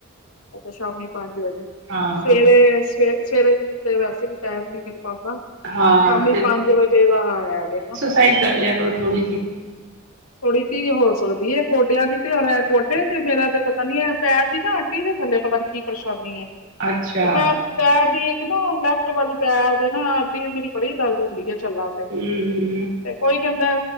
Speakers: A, on the left (about 80°); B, on the right (about 70°).
A: ਅੱਛਾ ਸ਼ਾਮੀ ਪੰਜ ਵਜੇ
B: ਹਾਂ
A: ਸਵੇਰੇ ਸਵੇਰੇ ਤੇ ਵੈਸੇ ਵੀ ਟਾਈਮ ਨੀ ਮਿਲ ਪਾਂਦਾ ਸ਼ਾਮੀ
B: ਹਾਂ
A: ਪੰਜ ਵਜੇ ਦਾ ਆ ਗਿਆ ਨਾ
B: ਸਹੀ ਕਰ ਲਿਆ ਕਰੋ ਥੋੜ੍ਹੀ ਜੀ
A: ਥੋੜੀ ਜਈ ਹੀ ਹੋ ਸਕਦੀ ਹੈ ਗੋਡਿਆਂ ਦੀ ਤੇ ਹੋਰ ਗੋਡੇ ਤੇ ਮੇਰਾ ਤੇ ਪਤਾ ਨੀ ਹੈ ਪੈਣ ਦੀ ਨਾ ਅੱਡੀ ਦੇ ਥੱਲੇ ਪਤਾ ਨੀ ਕੀ ਪਰੇਸ਼ਾਨੀ ਹੈ
B: ਅੱਛਾ
A: ਤੇ ਮੈਂ ਪੈਰ ਦੀ ਇੱਕ ਨਾ ਲੈਫਟ ਵਾਲੀ ਪੈਰਦੇ ਨਾ ਅੱਡੀ ਮੇਰੀ ਬੜੀ ਦਰਦ ਹੁੰਦੀ ਹੈ ਚੱਲਣ
B: ਹੂੰ
A: ਤੇ ਕੋਈ ਕਹਿੰਦਾ